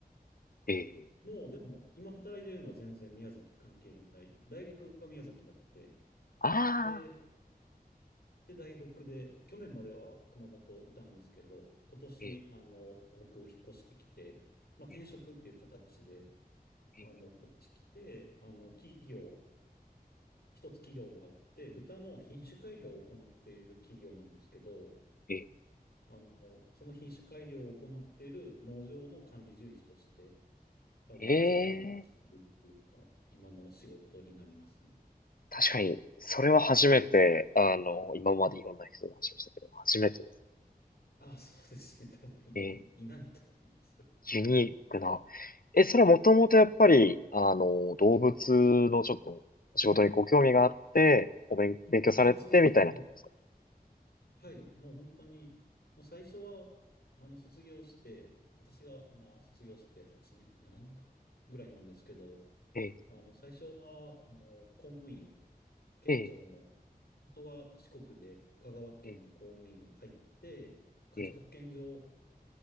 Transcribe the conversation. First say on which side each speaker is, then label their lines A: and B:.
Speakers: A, on the left (about 60°); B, on the left (about 85°).
A: ええ、
B: もう、でも、今働いてるのは全然宮崎関係ない。大学が宮崎だって。
A: ああ
B: で、で、大学で、去年までは熊本いたんですけど、今年、
A: ー、ええ、
B: あの、東北引っ越してきて、まあ、転職っていう形で、
A: ええ、
B: あの、こっち来て、あの、企業、一つ企業があって、豚の品種改良を行っている企業なんですけど、
A: え
B: あの、その品種改良を行っている農場の管理獣医師として、あの、
A: え、
B: こっちの方に来るっていうのが、
A: ええ、
B: 今の仕事になりますね。
A: 確かに、それは初めて、あの、今までいろんな人の話をしたけど、初めてです。
B: ああ、そうですね。多分い、
A: ええ
B: いないと思います。
A: ユニークな。え、それはもともとやっぱり、あの、動物のちょっと仕事にご興味があって、お勉、勉強されてみたいなところですか
B: ああ、そうです。はいはい、もう本当に、もう最初は、あの、卒業して、私が今、卒業して8年、7年かな、ぐらいなんですけど、
A: ええ、
B: あの、最初は、あの、公務員、県庁の、
A: ええ、
B: 元が四国で、香川県の公務員入って、
A: ええ、
B: 家畜保健所っ
A: ええ、